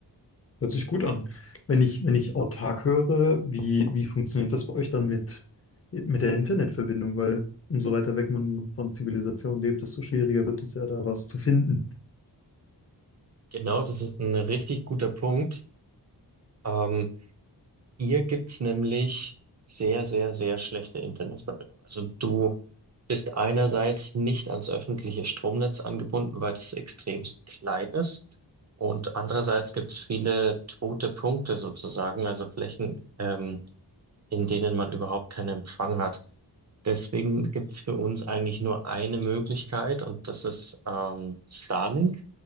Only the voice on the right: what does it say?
Genau, das ist ein richtig guter Punkt. Ähm, Hier gibt's nämlich sehr, sehr, sehr schlechte Internetverbindung. Also du bist einerseits nicht ans öffentliche Stromnetz angebunden, weil das extremst klein ist. Und andererseits gibt's viele tote Punkte sozusagen, also Flächen, ähm, in denen man überhaupt keinen Empfang hat. Deswegen gibt's für uns eigentlich nur eine Möglichkeit und das ist ähm, Starlink.